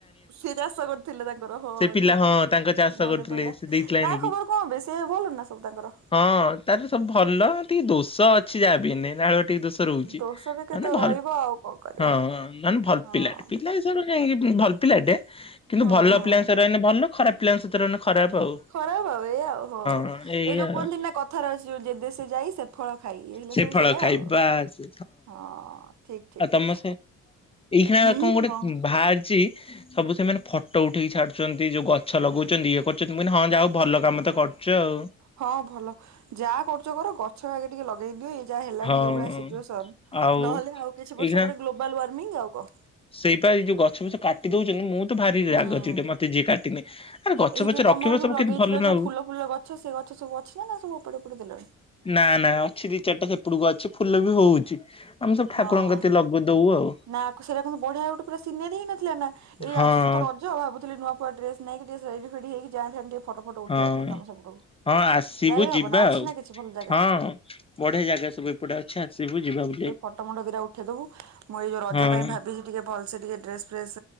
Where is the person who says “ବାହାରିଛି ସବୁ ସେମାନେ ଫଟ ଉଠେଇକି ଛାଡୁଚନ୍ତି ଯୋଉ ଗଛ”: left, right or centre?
Left